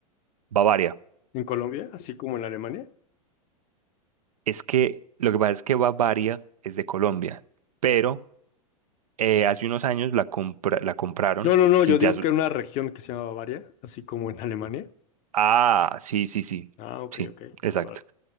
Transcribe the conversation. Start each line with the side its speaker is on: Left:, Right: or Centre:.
Right: Bavaria.
Left: ¿En Colombia? ¿Así como en Alemania?
Right: Es que lo que pasa es que Bavaria es de Colombia, pero eh, hace unos años la compra- la compraron
Left: No, no, no,
Right: y
Left: yo
Right: ya...
Left: digo
Right: es-
Left: que era una región que se llama Bavaria, así como en Alemania.
Right: Ah, sí, sí, sí,
Left: Ah, ok,
Right: sí,
Left: ok,
Right: exacto.
Left: órale.